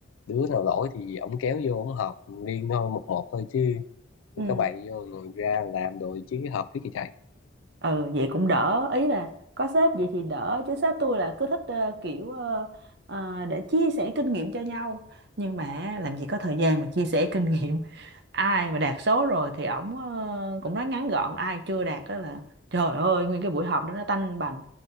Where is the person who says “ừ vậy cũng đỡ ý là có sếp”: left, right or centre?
Right